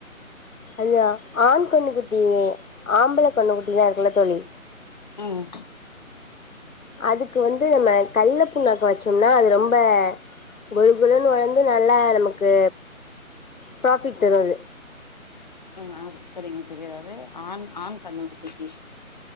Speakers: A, on the left; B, on the left.
A: அந்த ஆண் கன்னுக்குட்டி ஆம்பள கன்னுக்குட்டிலா இருக்குல்ல தோழி
B: ம்
A: அதுக்கு வந்து நம்ம கல்ல புண்ணாக்கு வச்சோம்னா அது ரொம்ப கொலுகொலுன்னு வளந்து நல்லா நமக்கு பிராஃபிட் தரு அது
B: ஆ ஆ செரிங்க தோழி அதாவது ஆண் ஆண் கன்னுக்குட்டிக்கி